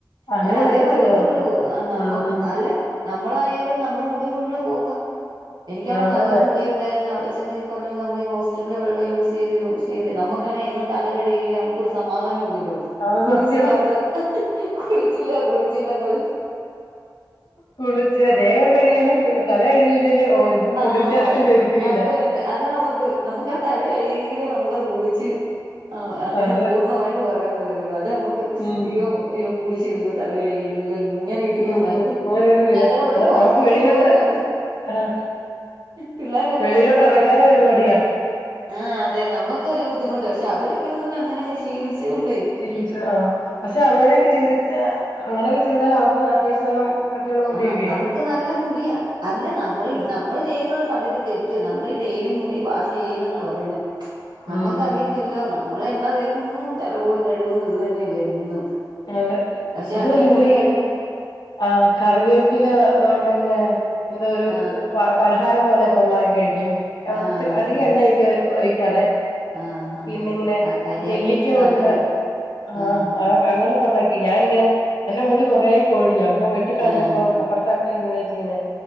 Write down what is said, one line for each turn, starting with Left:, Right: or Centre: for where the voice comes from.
Left: അങ്ങനെ
Right: അല്ല അതേ
Left: പറ്റത്തുള്ളൂ
Right: പറ്റത്തൊള്ളൂ
Left: അവർക്ക്
Right: ഏഹ് നമ്മക്ക്
Left: ഉം ഉം
Right: അല്ല നമ്മളായാലും നമ്മുടെ മുടി മുഴുവൻ പോക്ക എനിക്കാണേ
Left: അതെ
Right: നല്ല
Left: അതെ
Right: മുടിയുണ്ടായിരുന്നു അവിടെ ചെന്ന് ഈ പറഞ്ഞപ്പോലെ. നമ്മള് ഈ ഹോസ്റ്റലിലെ വെള്ളം യൂസെയ്ത് യൂസെയ്ത് നമുക്കാണേ എന്നും തല കഴുകിയില്ലേ നമുക്കൊരു സമാധാനുവില്ലല്ലോ.
Left: അത്
Right: കുളിച്ചില്ലാന്ന്
Left: സത്യം
Right: കുളിച്ചില്ല, കുളിച്ചില്ലെന്ന് പറയും.
Left: കുളിച്ച ദേഹമേ കതല കഴിയിലെല് ന് ഓല് ഇത്
Right: ആ
Left: കുളിക്കാത്തന്റെ ഒരു ഫീലാ.
Right: അതെ അതെ അതാ നമുക്ക് നമുക്ക് ആ തല കഴിയെങ്കിലേ നമുക്കത് കുളിച്ച് ആ അങ്ങനെ
Left: അതെ
Right: പൂർണ്ണമായി പറയാൻ പറ്റുള്ളൂ അത് നമുക്ക്
Left: ഉം
Right: അയോ അയ്യോ കുളിച്ചല്ലോ തല കഴുകിലല്ലോ. ഇങ്ങനെ ഇരിക്കും
Left: ഉം
Right: മനസ്
Left: അങ്ങനൊരു ഫീലാ
Right: ഞങ്ങളുടെ അവിടെ
Left: അതാ
Right: ഹോസ്റ്റൽ
Left: നമുക്ക് വെളിയിലോട്ട്
Right: ഇതുപോലൊയിരുന്നു.
Left: ആഹ്
Right: പിള്ളേര് എല്ലാരും
Left: വെളിയിലോട്ട്
Right: പറയും.
Left: ഇറങ്ങാനും ഒരു മടിയാ
Right: ആഹ് അതെ നമുക്ക് ഒരു ബുദ്ധിമുട്ട് പക്ഷെ അവരൊക്കെന്ന് പറഞ്ഞ അങ്ങനെ ശീലിച്ച കൊണ്ട്.
Left: ശീലിച്ചു ആ പക്ഷെ അങ്ങനെയൊക്കെ ചെയ്തിട്ട അങ്ങനെയൊക്കെ ചെയ്താല് അവർക്ക് അത്യാവശ്യം നല്ല കട്ടിയുള്ള മുടിയൊക്കെയാ
Right: ആഹ് അവർക്ക് നല്ല മുടിയ അല്ല നമ്മൾ
Left: ഉം
Right: നമ്മള് ചെയ്യുന്ന സത്യത്തി തെറ്റ് നമ്മളീ ഡെയിലി മുടി വാശ് ചെയ്യലെന്നാ പറയുന്നെ നമ്മുക്കറിയത്തില്ലല്ലോ
Left: ഉം ഉം
Right: നമ്മള് എണ്ണ തേ ക്കുന്നു തല പോയി കഴുകുന്നു ഇത് തന്നെയല്ലേ എന്നും.
Left: അതെ
Right: പക്ഷെ
Left: അതുഅല്ല
Right: അങ്ങനെ
Left: ഇവര്
Right: മുടി കഴു
Left: ആഹ് കറിവേപ്പില ഉണ്ടിങ്ങനെ എന്താ ഒരു
Right: ആ
Left: പലഹാരം പോലെക്കെ ഉണ്ടാക്കി കഴിക്കും ഒ
Right: ആ
Left: അധികം
Right: ഹാ
Left: എണ്ണ ഒയി ഒയിക്കാതെ
Right: ആ ഹാ
Left: പിന്നിങ്ങനെ
Right: ഹാ ആ കരിയാപ്പിലൊക്കെ
Left: നെല്ലിക്ക
Right: നല്ലതല്ലേ
Left: കൊണ്ട് ആഹ്
Right: ആ ഹാ
Left: അങ്ങനെ കൊണ്ടാക്കി ഞാനിങ്ങനെ എന്റെ മുടി കൊറെ കൊഴിഞ്ഞു അപ്പ ഞാൻ വെട്ടി കളഞ്ഞപ്പ
Right: ആ ഹാ
Left: അപ്പറത്തെ പ്പ ഇങ്ങനെ വെച്ചിങ്ങനെ